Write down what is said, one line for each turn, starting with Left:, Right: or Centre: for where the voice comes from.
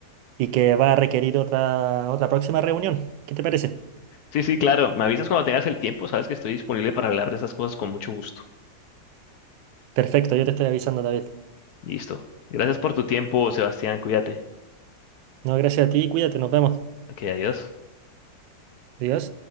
Right: y que va a requerir otra, otra próxima reunión. ¿Qué te parece?
Left: Sí, sí, claro, me avisas cuando tengas el tiempo, sabes que estoy disponible para hablar de esas cosas con mucho gusto.
Right: Perfecto, yo te estoy avisando, David.
Left: Listo. Gracias por tu tiempo, Sebastián. Cuídate.
Right: No, gracias a ti, cuídate, nos vemos.
Left: Ok, adiós.
Right: Adiós.